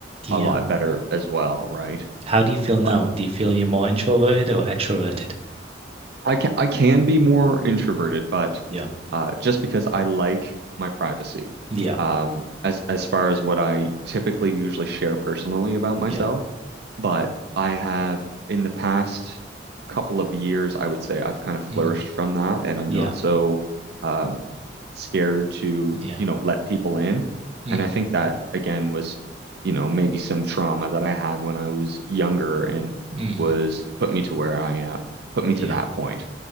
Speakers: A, on the right; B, on the right.
A: Yeah.
B: a lot better as well, right?
A: How do you feel now?
B: But
A: Do you feel you're more introverted or extroverted?
B: I can I can be more introverted, but
A: Yeah.
B: uh, just because I like my privacy,
A: Yeah.
B: um, as as far as what I typically usually share personally about myself,
A: Yeah.
B: but I have in the past couple of years, I would say I've kind of flourished
A: Mm,
B: from that, and I'm
A: yeah.
B: not so um, scared to
A: Yeah.
B: you know let people in,
A: Mm,
B: and I think that again was you know maybe some trauma that I had when I was younger and
A: mm,
B: was put me to where I am put
A: yeah.
B: me to that point.